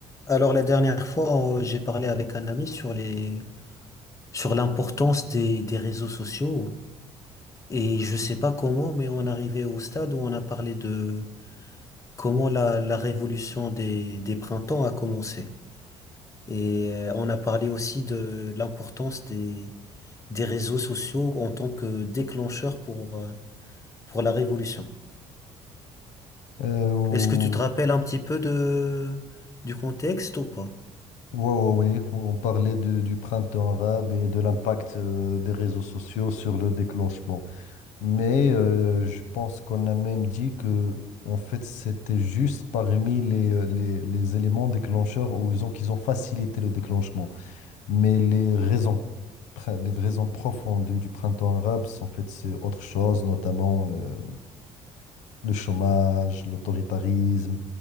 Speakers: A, on the left (about 25°); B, on the left (about 75°).
A: Alors la dernière fois, euh, j'ai parlé avec un ami sur les sur l'importance des, des réseaux sociaux et je sais pas comment, mais on arrivait au stade où on a parlé de comment la, la révolution des, des printemps a commencé. Et euh, on a parlé aussi de l'importance des, des réseaux sociaux en tant que déclencheur pour, euh, pour la révolution.
B: Euh, ou-
A: Est-ce que tu te rappelles un petit peu de, du contexte ou pas?
B: ouais, ouais, ouais. On parlait de- du printemps arabe et de l'impact euh, des réseaux sociaux sur le déclenchement. Mais euh, je pense qu'on a même dit que, en fait, c'était juste parmi les, euh, les, les éléments déclencheurs où ils ont, qu'ils ont facilité le déclenchement. Mais les raisons, prin- les raisons profondes du, du printemps arabe, c'est- en fait, c'est autre chose, notamment euh, le chômage, l'autoritarisme.